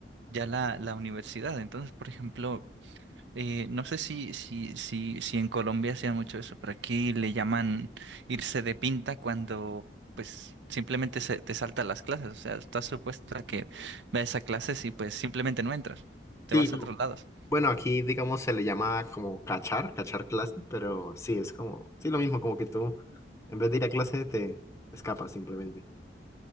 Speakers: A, on the right; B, on the left.
A: ya la, la universidad. Entonces, por ejemplo, eh, no sé si, si, si, si en Colombia hacían mucho eso, pero aquí le llaman irse de pinta cuando pues simplemente se te saltan las clases. O sea, estás supuesto a que vayas a clases y pues simplemente no entras. Te
B: Sí,
A: vas
B: no.
A: a otros lados.
B: Bueno, aquí, digamos, se le llama como cachar, cachar clase, pero sí, es como, sí, lo mismo, como que tú, en vez de ir a clase, te, escapas simplemente.